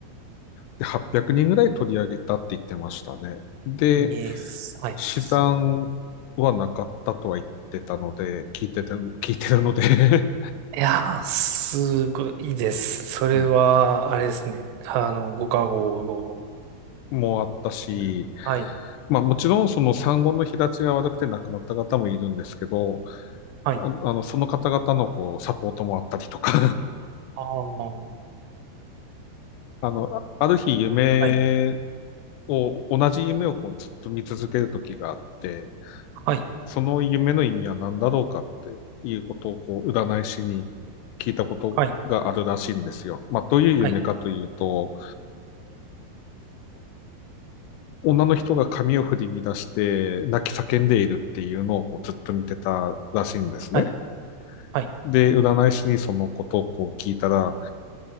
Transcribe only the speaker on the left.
で、800人ぐらい取り上げたって言ってましたね。で、
試算はなかったとは言ってたので、
聞いてて、聞いてるので
<laughs>
ね、
もうあったし、
まあもちろんその産後の日立ちが悪くて亡くなった方もいるんですけど、
ああの、その方々のこう、サポートもあったりとか
<laughs> あの、ある日夢
を、同じ夢をこうずっと見続ける時があって、
その夢の意味は何だろうかっていうことをこう占い師に聞いたことがあるらしいんですよ。
まあ、どういう夢かというと、
女の人が髪を振り乱して泣き叫んでいるっていうのをこうずっと見てたらしいんですね。
で、占い師にそのことをこう聞いたら、